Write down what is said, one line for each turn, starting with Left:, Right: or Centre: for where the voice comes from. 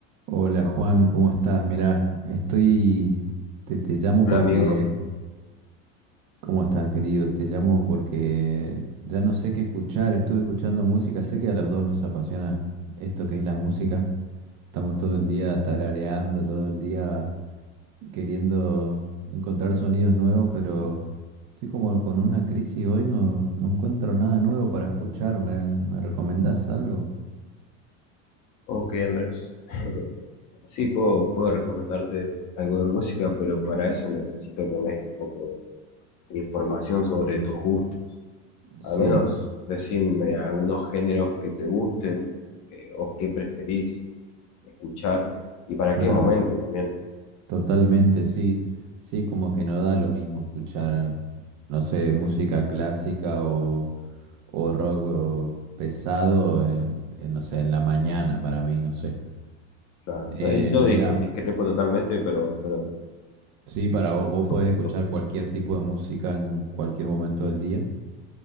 Right: Hola Juan, ¿cómo estás? Mirá, estoy, te, te llamo
Left: Hola
Right: porque,
Left: amigo,
Right: ¿cómo estás querido? Te llamo porque ya no sé qué escuchar, estuve escuchando música, sé que a los dos nos apasiona esto que es la música, estamos todo el día tarareando, todo el día queriendo encontrar sonidos nuevos, pero estoy como con una crisis hoy, no, no encuentro nada nuevo para escuchar, ¿me, me recomendás algo?
Left: ok Andrés. <laughs> Sí, puedo, puedo recomendarte algo de música, pero para eso necesito que me des un poco de información sobre tus gustos.
Right: Sí,
Left: Al menos decirme algunos géneros que te gusten eh, o que preferís escuchar y para
Right: claro.
Left: qué momento también.
Right: Totalmente, sí. Sí, como que no da lo mismo escuchar, no sé, música clásica o, o rock o pesado en, en, no sé, en la mañana para mí, no sé.
Left: Claro.
Right: Eh,
Left: No, y yo
Right: mira,
Left: dis- discrepo totalmente, pero, pero
Right: sí, para vos, vos
Left: esto,
Right: podés
Left: esto.
Right: escuchar cualquier tipo de música en cualquier momento del día.